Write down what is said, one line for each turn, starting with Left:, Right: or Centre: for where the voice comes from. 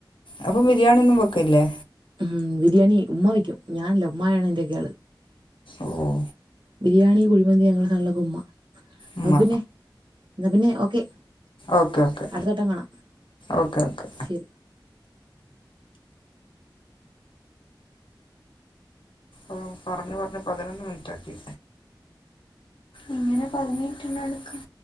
Left: അപ്പൊ ബിരിയാണി ഒന്നും വെക്ക്ല്ലേ?
Right: ഉം ബിരിയാണി ഉമ്മ വെയ്ക്കും ഞാനല്ല ഉമ്മയാണെൻ്റെ ഗേള്.
Left: ഓഹ്
Right: ബിരിയാണി, കുഴിമന്തി അങ്ങനെള്ള സാധനങ്ങളൊക്കെ ഉമ്മാ
Left: ഉമ്മ
Right: അഹ് പിന്നെ എന്നാ പിന്നെ ഓക്കെ
Left: ഓക്കെ ഓക്കെ
Right: അടുത്തട്ടം കാണാം.
Left: ഓക്കെ ഓക്കെ
Right: ശരി
Left: ഓഹ് പറഞ്ഞ് പറഞ്ഞ് പതിനൊന്ന് മിനിറ്റാക്കി. ങ്ങനെ പതിനെട്ടെണ്ണട്ക്കാ